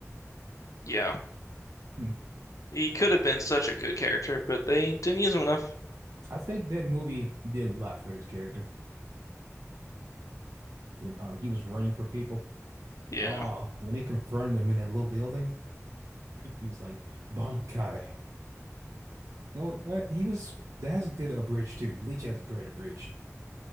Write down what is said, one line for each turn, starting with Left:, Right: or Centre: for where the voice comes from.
Left: Yeah.
Right: Hmm.
Left: He could have been such a good character, but they didn't use him enough.
Right: I think that movie did a lot for his character when um he was running for people.
Left: Yeah.
Right: Oh, when they confronted him in that little building, he was like Bankai. No, uh, he was that has a good abridged too. Bleach has a great abridged.